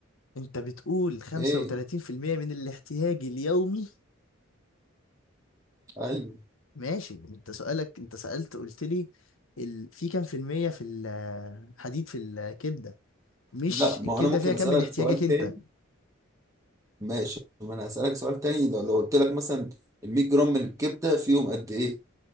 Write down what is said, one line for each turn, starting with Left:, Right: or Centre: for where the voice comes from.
Left: انت بتقول 35%
Right: إيه
Left: من الاحتياج اليومي
Right: أيوه
Left: ماشي انت سؤالك انت سألت قلت لي ال... في كام في المية في الحديد في الكبدة مش
Right: لا ما
Left: الكبدة
Right: هو أنا ممكن
Left: فيها كام
Right: أسألك
Left: من احتياجك
Right: سؤال
Left: انت
Right: تاني ماشي ما انا هسألك سؤال تاني لو لو قلت لك مثلا ال 100 جرام من الكبدة فيهم قد ايه